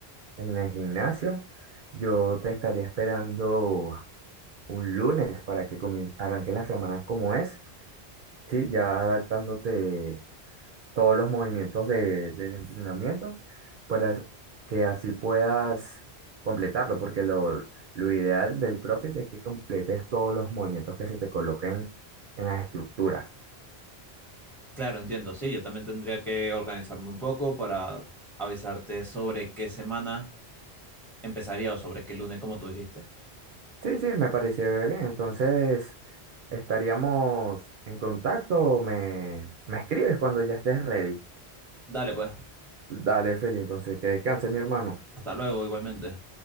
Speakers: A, on the right (about 60°); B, in the centre.
A: en el gimnasio, yo te estaría esperando un lunes para que comien- arranque la semana como es. Sí, ya adaptándote todos los movimientos de, del entrenamiento para as- que así puedas completarlo, porque lo, lo ideal del CrossFit es que completes todos los movimientos que se te coloquen en las estructuras.
B: Claro, entiendo, sí, yo también tendría que organizarme un poco para avisarte sobre qué semana empezaría sobre qué lunes, como tú dijiste.
A: Sí, sí, me pareció bien. Entonces, estaríamos en contacto. Me, me escribes cuando ya estés ready.
B: Dale, pues.
A: Dale, Feli, entonces que descanse, mi hermano.
B: Hasta luego, igualmente.